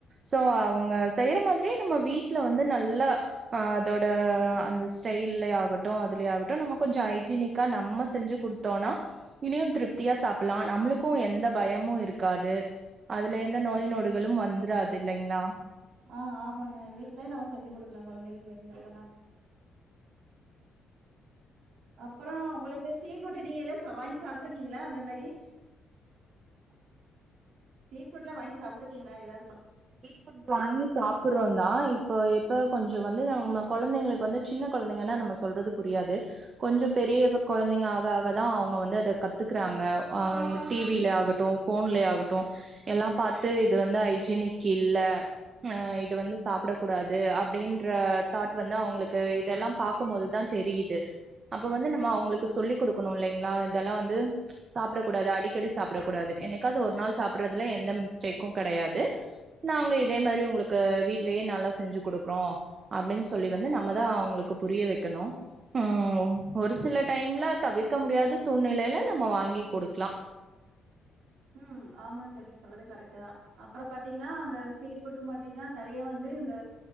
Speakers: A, on the right (about 45°); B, on the right (about 80°).
A: சோ அவுங்க செய்ற மாதிரியே நம்ம வீட்ல வந்து நல்ல அ அதோட அந்த ஸ்டைல்லெ ஆகட்டு அதுலே ஆகட்டு நம்ம கொஞ்சோ ஹைஜீனிக்கா நம்ம செஞ்சு குடுத்தோன்னா இனியு திருப்தியா சாப்புல்லா நம்மளுக்கூ எந்த பயமு இருக்காது அதுல எந்த நோய் நொடுகளும் வந்துராதில்லைங்ளா
B: ஆ ஆமாங்க வீட்லே நம்ம செஞ்சு குடுக்லா கொழந்தைளுக்கு வேணுங்குறதெல்லா அப்பறோ உங்களுக்கு ஸ்ட்ரீட்ஃபுட்டு நீங்க எதாச்ச வாங்கி சாப்ட்ருக்கீங்களா அந்த மாரி ஸ்ரிட்ஃபுட்லா வாங்கி சாப்ட்ருக்கீங்ளா எத
A: ஸ்ட்ரீட் ஃபுட் வாங்கி சாப்புறோந்தா இப்போ எப் ப கொஞ்சொ வந்து நம்ம கொழந்தைங்களுக் வந்து சின்ன கொழந்தைங்கனா நம்ம சொல்றது புரியாது கொஞ்சொ
B: ஆ.
A: பெரிய ப கொழந்தைங்க ஆக ஆக தா அவுங்க வந்து அத கத்துக்குறாங்க ஆ டி வில ஆகட்டு ஃபோன்லெ ஆகட்டு எல்லாம் பாத்து இது வந்து ஐஜீனிக் இல்ல அ இத வந்து சாப்புடக் கூடாது அப்டின்ற தாட் வந்து அவுங்களுக்கு இதெல்லா பாக்கும் போதுதா தெரியிது அப்ப வந்து நம்ம அவுங்களுக்கு சொல்லிக் குடுக்கணுல்லைங்ளா இதெல்லா வந்து சாப்டக் கூடாது அடிக்கடி சாப்டக் கூடாது என்னக்காது ஒர் நாள் சாப்புட்றதுல எந்த மிஸ்டேக்கு கெடையாது நாங்க இதே மாரி உங்ளுக்கு வீட்லெயே நல்லா செஞ்சு குடுக்றோ அப்டின் சொல்லி வந்து நம்மதா அவுங்ளுக்கு புரிய வெக்கணு உம் ஒரு சில டைம்ல தவிர்க்க முடியாத சூழ்நெலைல நம்ம வாங்கி குடுக்லா
B: உம் ஆமாங் சொல்லுங்க சொல்றதே கரெக்ட்டு தா அப்பற பாத்தீகனா அந்த ஸ்ட்ரீட்ஃபுட்டு மாத்தீங்கனா நெறய வந்து இந்த